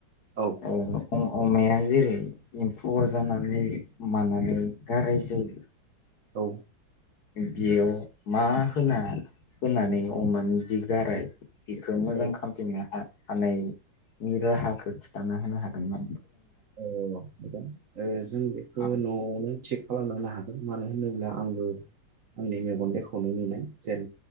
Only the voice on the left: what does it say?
ओ ओम अमाया जेरै एम्फौ अर जानानै मानानै गाराय जायो।
बेयाव मा होना होनानै अमानि जि गाराय बिखौ मोजां
खालामफिननो हा हानायनि राहाखौ खिन्थाना होनो हागोना?
औ